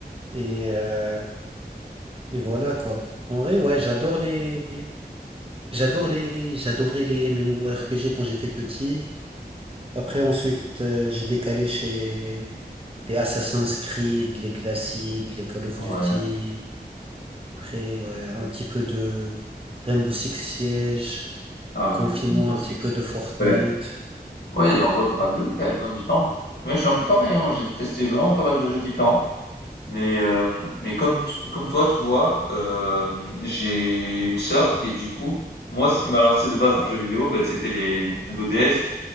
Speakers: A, on the right (about 35°); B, on the left (about 80°).
A: Et, euh, Et voilà quoi. En vrai, ouais, j'adore les, j'adore les, j'adorais les MMORPG quand j'étais petit. Après, ensuite, euh, j'ai décalé chez les Assassin's Creed, les classiques, les Call of
B: Ouais.
A: Duty. Après, ouais, un petit peu de Rainbow Six Siege,
B: Ah,
A: confinement,
B: oui, Rainbow
A: un
B: Six.
A: petit peu de Fortnite.
B: Ouais. Ouais, en vrai, pas mal de jeux quand même, hein, différents. Mais je suis un peu pareil, hein. J'ai testé vraiment pas mal de jeux différents. Mais, euh, mais comme, t- comme toi, tu vois, euh, j'ai une sœur et du coup, moi, ce qui m'a lancé de base dans jeu vidéo, ben, c'était les Nintendo DS.